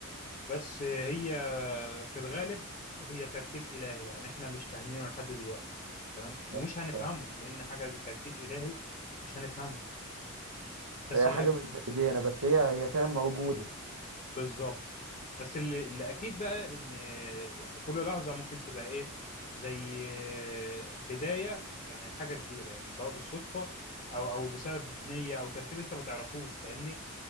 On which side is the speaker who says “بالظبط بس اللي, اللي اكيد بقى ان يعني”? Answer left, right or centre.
Left